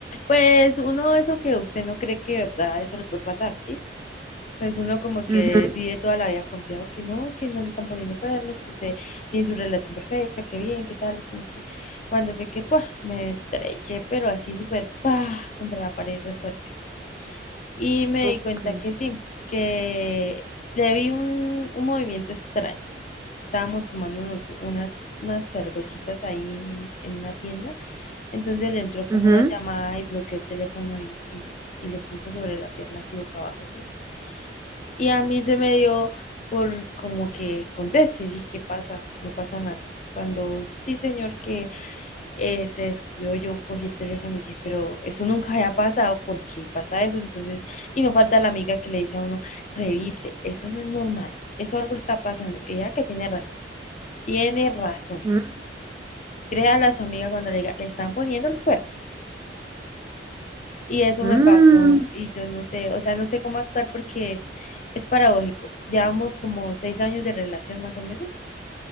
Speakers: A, on the left (about 45°); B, on the right (about 20°).
A: Pues uno, eso que usted no cree que de verdad eso le puede pasar, ¿sí? Entonces uno como que
B: Ujú.
A: vive toda la vida confiado que no, que no le están poniendo cuernos, que usted tiene su relación perfecta, que bien, que tal, esto, no sé qué. Cuando fue que ¡pua! me estreché pero así súper pa contra la pared re fuerte. Y me
B: Ok.
A: di cuenta que sí, que le vi un, un movimiento extraño. Estábamos tomándonos unas, unas cervecitas ahí en, en una tienda. Entonces le entró como
B: Ujú.
A: una llamada y bloqueó el teléfono y, y, y lo puso sobre la pierna así boca abajo, ¿sí? Y a mí se me dio por como que conteste, sí, ¿qué pasa? No pasa nada. Cuando sí, señor, que eh, se descuidó, yo cogí el teléfono y dije, pero eso nunca había pasado, ¿por qué pasa eso? Entonces, y no falta la amiga que le dice a uno, revise, eso no es normal, eso algo está pasando. Y ella que tiene razón, tiene razón.
B: Mm.
A: Créale a su amiga cuando le diga, le están poniendo los cuernos. Y eso
B: Mm.
A: me pasó y yo no sé, o sea, no sé cómo actuar porque es paradójico. Llevamos como seis años de relación más o menos